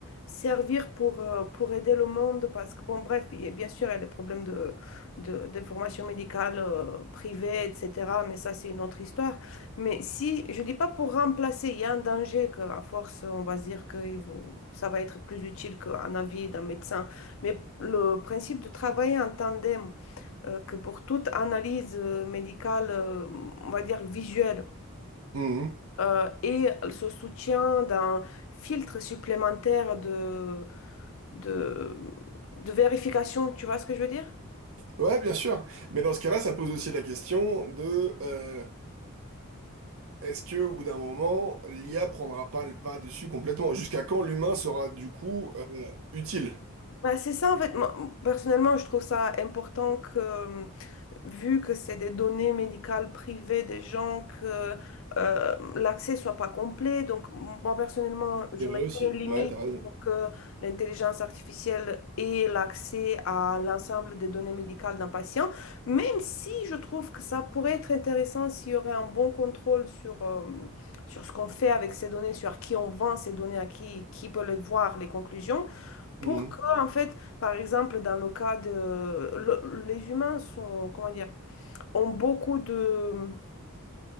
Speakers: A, on the left; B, on the right.
A: servir pour, euh, pour aider le monde parce que, bon, bref, il y a- bien sûr, il y a les problèmes de, de, de formation médicale euh, privée, etc., mais ça, c'est une autre histoire. Mais si, je dis pas pour remplacer, il y a un danger qu'à force, on va se dire que il vous- ça va être plus utile qu'un avis d'un médecin, mais le principe de travailler en tandem, euh, que pour toute analyse euh, médicale, euh, on va dire visuelle,
B: Mhm.
A: euh, et ce soutien d'un filtre supplémentaire de, de, de vérification, tu vois ce que je veux dire?
B: Ouais, bien sûr. Mais dans ce cas-là, ça pose aussi la question de... euh, Est-ce que au bout d'un moment, l'IA prendra pas le pas dessus complètement? Jusqu'à quand l'humain sera du coup euh, utile?
A: Bah, c'est ça, en fait. Moi, personnellement, je trouve ça important que, euh, vu que c'est des données médicales privées des gens, que euh, l'accès soit pas complet. Donc, moi, personnellement, je
B: C'est vrai
A: mettrais
B: aussi.
A: une limite
B: Ouais, t'as raison.
A: pour que l'intelligence artificielle ait l'accès à l'ensemble des données médicales d'un patient, même si je trouve que ça pourrait être intéressant s'il y aurait un bon contrôle sur, euh, sur ce qu'on fait avec ces données, sur à qui on vend ces données, à qui, qui peut les voir, les conclusions.
B: Mhm.
A: Pour que, en fait, par exemple, dans le cas de... le- les humains sont, comment dire, ont beaucoup de,